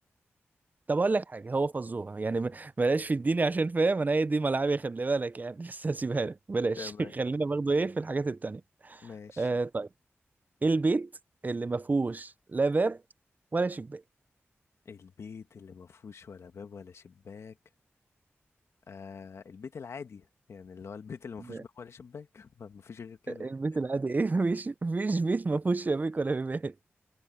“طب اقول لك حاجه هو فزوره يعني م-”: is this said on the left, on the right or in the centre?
Right